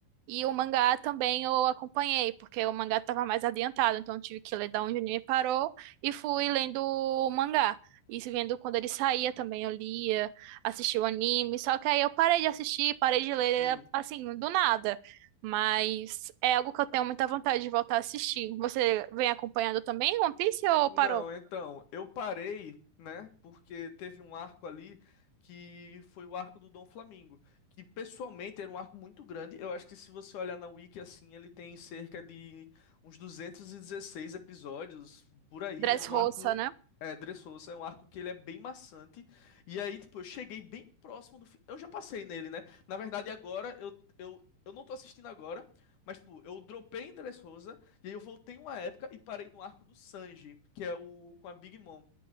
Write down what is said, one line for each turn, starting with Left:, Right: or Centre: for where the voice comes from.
Right: e o mangá também eu acompanhei, porque o mangá tava mais adiantado, então eu tive que ler da onde o anime parou, e fui lendo o mangá. E se vendo quando ele saía também, eu lia, assistia o anime, só que aí eu parei de assistir, parei de ler,
Left: Sim.
Right: assim, do nada. Mas é algo que eu tenho muita vontade de voltar a assistir. Você vem acompanhando também One Piece ou
Left: Não,
Right: parou?
Left: então, eu parei, né? Porque teve um arco ali que foi o arco do Dom Flamingo, que pessoalmente era um arco muito grande. Eu acho que se você olhar na Wiki assim, ele tem cerca de uns 216 episódios por aí.
Right: Dressrosa,
Left: É um arco
Right: né?
Left: é, Dressrosa, é um arco que ele é bem maçante. E aí, tipo, eu cheguei bem próximo do fim. Eu já passei nele, né? Na verdade, agora eu, eu, eu não tô assistindo agora, mas tipo, eu dropei em Dressrosa e aí eu voltei uma época e parei no arco do Sanji, que é o com a Big Mom.